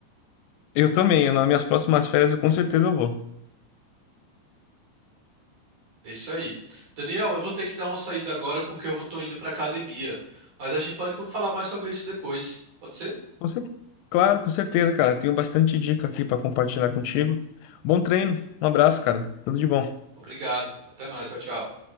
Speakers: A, on the left (about 80°); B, on the right (about 45°).
A: Eu também, eu- nas minhas próximas férias, eu com certeza eu vou.
B: É isso aí. Daniel, eu vou ter que dar uma saída agora porque eu vou- tô indo pra academia. Mas a gente pode falar mais sobre isso depois. Pode ser?
A: Com cer- Claro, com certeza, cara. Tenho bastante dica aqui pra compartilhar contigo. Bom treino, um abraço, cara. Tudo de bom.
B: Obrigado. Até mais. Tchau, tchau.